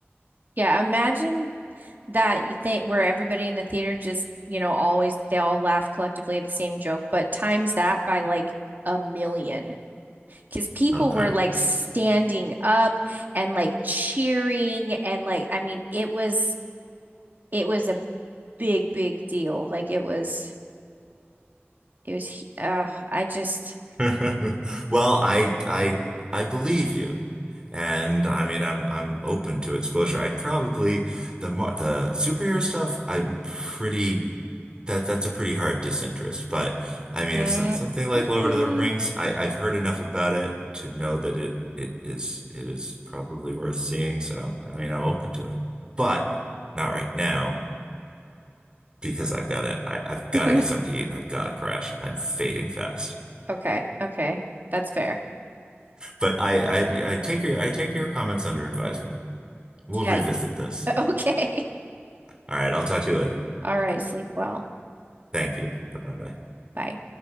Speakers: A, on the right; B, on the right.
A: Yeah. Imagine that you think where everybody in the theater just, you know, always they all laugh collectively at the same joke, but times that by like a million because people
B: Okay.
A: were like standing up and like cheering and like I mean it was it was a big big deal like it was it was uh I just
B: <laughs> Well, I I I believe you. And I mean, I'm I'm open to exposure. I'd probably the mar- the superhero stuff, I'm pretty that that's a pretty hard disinterest. But I mean,
A: Mm,
B: if so- something like
A: mm.
B: Lord of the Rings, I I've heard enough about it to know that it it is it is probably worth seeing. So, I mean, I'm open to it. But not right now because I've got to I, I've got
A: <laughs>
B: to get something to eat and I've got to crash. I'm fading fast.
A: Okay, okay. That's fair.
B: But I, I, I take your, I take your comments under advisement. We'll
A: Yeah.
B: revisit this.
A: Okay.
B: All right, I'll talk to you later.
A: <laughs> All right. Sleep well.
B: Thank you. Bye bye.
A: Bye.